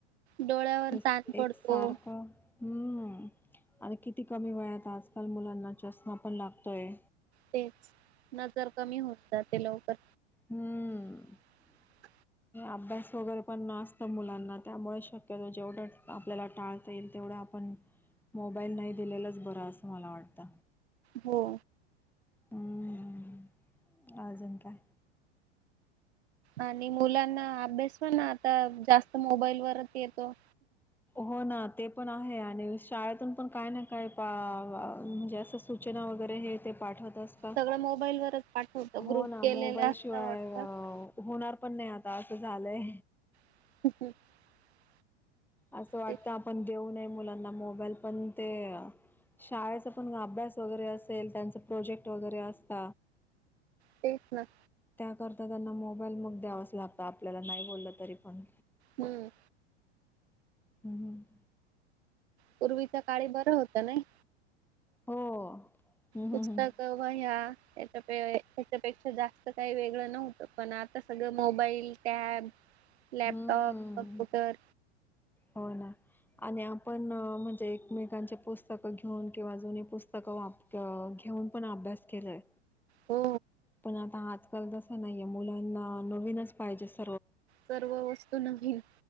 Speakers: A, on the right (about 70°); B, in the centre.
A: डोळ्यावर
B: ते
A: ताण पडतो
B: एक सारखं हम्म. आणि किती कमी वेळात. आजकाल मुलांना चष्मा पण लागतोय
A: तेच नजर कमी होतात. ते लवकर.
B: हम्म.
A: <unintelligible>
B: अभ्यास वगैरे पण आसत मुलांना. त्यामुळे शक्यतो जेवढं आपल्याला टाळता येइल. तेवढा आपण मोबाईल नाही दिलेलाच बरं असं मला वाटत.
A: हो.
B: हम्म अजून काय?
A: आणि मुलांना अभ्यास पण आता. जास्त मोबाईल वरच येतो.
B: हो ना. ते पण आहे. आणि शाळेतून पण काय ना काय म्हणजे असं सूचना वगैरे. हे ते पाठवत तेच तर.
A: सगळं मोबाईल वरच पाठवतं
B: हो
A: ग्रुप
B: ना
A: केलेले
B: मोबाईल
A: असता
B: शिवाय
A: व्हॉट्सअप
B: होणार पण नाही. आता असं झालंय.
A: <unintelligible>
B: असं वाटतं
A: ते
B: आपण देऊ नये मुलांना मोबाईल पण ते. शाळेचा पण अभ्यास वगैरे असेल. त्यांचा प्रोजेक्ट वगैरे असत.
A: तेच ना.
B: त्याकरता त्यांना मोबाईल मग द्यावाच लागतं. आपल्याला नाही बोललं तरी पण.
A: हम्म.
B: हम्म. हम्म.
A: पूर्वीच काळी बरं होतं नाही.
B: हो हम्म
A: पुस्तक
B: हम्म
A: व वह्या. त्याच्या त्याच्यापेक्षा जास्त काही वेगळं नव्हतं. पण आता सगळं मोबाईल टॅब. लॅपटॉप,
B: हम्म हम्म
A: कम्प्युटर.
B: हो ना आणि आपण म्हणजे एकमेकांचे पुस्तकं घेऊन किंवा जुनी पुस्तकं वाप किंवा घे घेऊन पण अभ्यास केलाय.
A: हो
B: पण आता आजकाल जस नाहीये. मुलांना नवीनच पाहिजे असतं.
A: सर्व वस्तू नवीन